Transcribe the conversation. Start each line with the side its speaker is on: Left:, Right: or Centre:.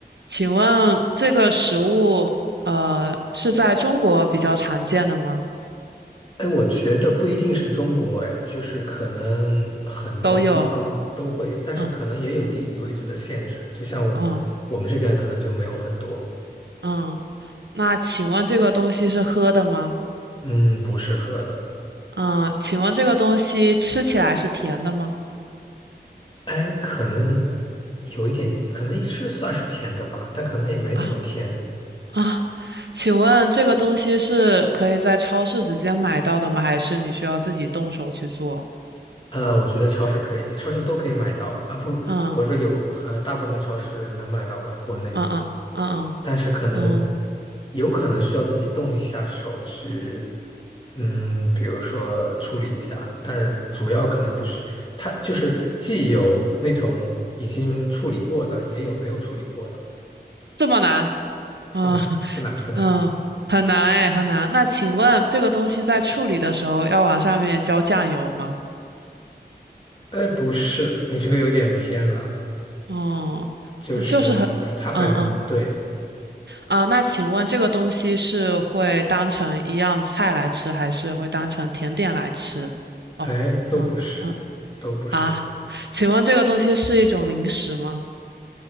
Right: 请问这个食物呃是在中国比较常见的吗？
Left: 哎，我觉得不一定是中国，哎，就是可能很多地方都会有，
Right: 都有。
Left: 但是可能也有地理位置的限制，
Right: 嗯嗯
Left: 就像
Right: 嗯
Left: 我们这边可能就没有很多，
Right: 嗯，那请问这个东西是喝的吗？
Left: 嗯，不适合的，
Right: 嗯，请问这个东西吃起来是甜的吗？
Left: 哎，可能有一点，可能是算是甜的吧，但可能也没那么甜。
Right: 啊啊，请问这个东西是可以在超市直接买到的吗？还是你需要自己动手去做？
Left: 呃，我觉得超市可以，超市都可以买到啊。不，
Right: 嗯
Left: 我说有，呃，大部分超市能买到吧，国内。
Right: 嗯嗯嗯
Left: 但是可能
Right: 嗯嗯。
Left: 有可能需要自己动一下手去，嗯，比如说处理一下，但是主要可能不需，它就是既有那种已经处理过的，也有没有处理过的，
Right: 这么难？嗯
Left: 不难，不难，
Right: <laughs>
Left: 不难。
Right: 嗯，很难哎，很难。那请问这个东西在处理的时候要往上面浇酱油吗？
Left: 呃，不是，你这个有点偏了，
Right: 哦，
Left: 就是它它很对，
Right: 那就是很，嗯嗯啊。那请问这个东西是会当成一样菜来吃，还是会当成甜点来吃？哦，
Left: 哎，都不是，
Right: 嗯嗯
Left: 都不是，
Right: 啊，请问这个东西是一种零食吗？